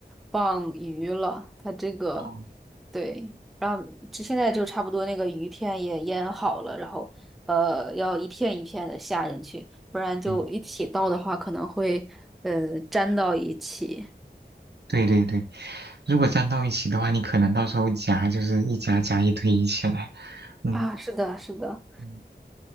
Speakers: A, in the centre; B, on the right.
A: 放鱼了。它这个，
B: 哦
A: 对，然后这现在就差不多，那个鱼片也腌好了，然后呃，要一片一片的下进去，不然就一起倒的话，
B: 对
A: 可能会呃粘到一起。
B: 对对对，如果粘到一起的话，你可能到时候夹就是一夹夹一堆一起来。嗯，
A: 啊，是的，是的。
B: 嗯